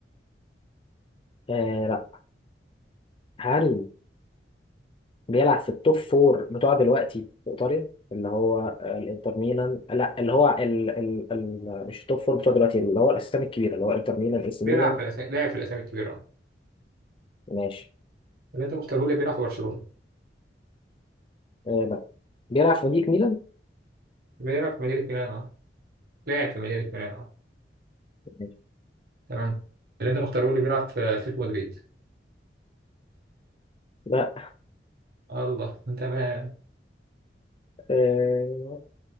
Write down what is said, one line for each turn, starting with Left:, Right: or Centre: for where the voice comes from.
Left: آه لا هل بيلعب في التوب فور بتوع دلوقتي في إيطاليا اللي هو آه، الإنتر ميلان لا اللي هو ال... ال... ال... مش التوب فور بتوع دلوقتي اللي هو الأسامي الكبيرة اللي هو إنتر ميلان إي سي
Right: بيلعب
Left: ميلان
Right: في الأسامي لاعب في الأسامي الكبيرة اه
Left: ماشي
Right: اللي انت مختاره لي بيلعب في برشلونة
Left: آه لا بيلعب في نادي ميلان
Right: بيلعب في مدينة ميلان اه لاعب في مدينة ميلان اه
Left: ماشي.
Right: تمام اللي انت مختاره اللي بيلعب في اتلتيكو مدريد
Left: لا
Right: الله تمام
Left: آه